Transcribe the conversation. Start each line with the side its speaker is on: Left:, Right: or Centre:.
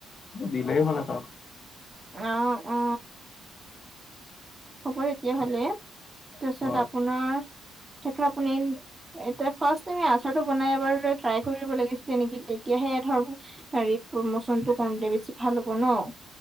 Left: দিলেই হ'ল ত।
Right: অঁ, অঁ। হ'ব তেতিয়া হ'লে। তাৰপিছত
Left: হয়
Right: আপোনাৰ, সেইটো আপুনি- এতিয়া ফাষ্ট আমি আচাৰটো বনাই এবাৰ ট্ৰাই কৰিব লাগিছিলে নেকি তেতিয়াহে ধৰ- হেৰি প্ৰমোচনটো কওঁতে বেছি ভাল হ'ব ন'।